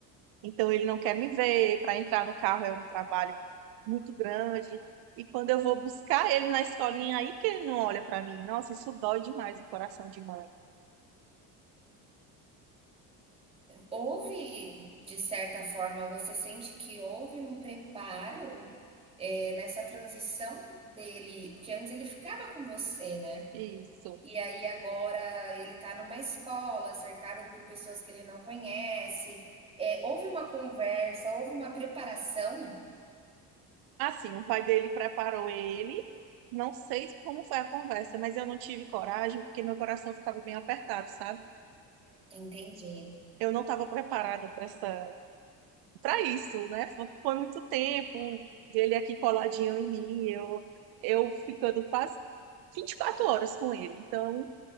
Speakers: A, on the right; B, on the right.
A: Então ele não quer me ver, para entrar no carro é um trabalho muito grande. E quando eu vou buscar ele na escolinha, aí que ele não olha para mim. Nossa, isso dói demais no coração de mãe.
B: Houve, de certa forma, você sente que houve um preparo, eh, nessa transição dele porque antes ele ficava com você, né,
A: Isso.
B: e aí agora ele tá numa escola, cercado por pessoas que ele não conhece, eh, houve uma conversa, houve uma preparação?
A: Assim, o pai dele preparou ele. Não sei como foi a conversa, mas eu não tive coragem, porque meu coração ficava bem apertado, sabe?
B: Entendi.
A: Eu não estava preparada para essa para isso, né? Fo- Foi muito tempo, ele aqui coladinho em mim, eu, eu ficando quase 24 horas com ele. Então,